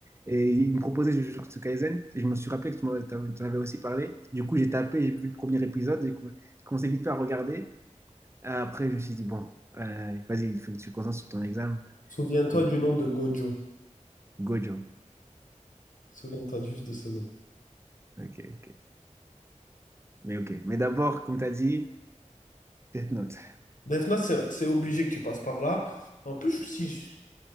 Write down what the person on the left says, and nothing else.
Souviens-toi
du nom de Gojo.
Souviens-toi juste de ce nom.
Defna, c'est c'est obligé que tu passes par là. En plus, si je-